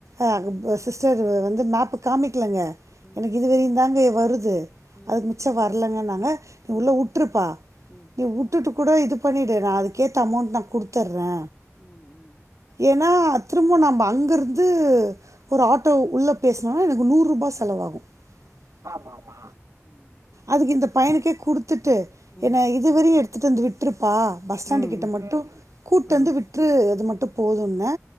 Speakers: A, on the right; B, on the left.
A: அ
B: ம்
A: சிஸ்டர் வ வந்து மேப்பு காமிக்கலங்க
B: ம்
A: எனக்கு இதுவரையுந்தாங்க எ வருது
B: ம்
A: அதுக் மிச்சோ வர்லங்க நாங்க நீ
B: ம்
A: உள்ள உட்டுருப்பா
B: ம்
A: நீ உட்டுட்டு கூட இது பண்ணிடு நா அதுக்கேத்த
B: ம்
A: அமோண் நா குடுத்தட்றே
B: ம் ம்
A: ஏன்னா திரும்பு நம்ம அங்கிருந்து ஒரு ஆட்டோ உள்ள பேசனுனு எனக்கு நூரூபா செலவாகு ஆமா மா
B: ம்
A: அதுக்கு இந்த பயனுக்கே குடுத்துட்டு
B: ம்
A: ஏன இதுவரையு எடுத்துட்டு வந்து விட்ருப்பா பஸ் ஸ்டாண்டு
B: ம்
A: கிட்ட
B: ம்
A: மட்டு கூட்டு
B: ம்
A: வந்து
B: ம்
A: விட்ரு அது மட்டு போதுன்னே